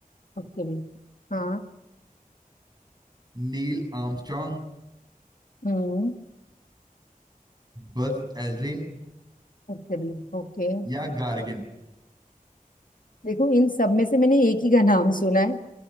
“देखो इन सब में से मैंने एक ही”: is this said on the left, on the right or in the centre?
Left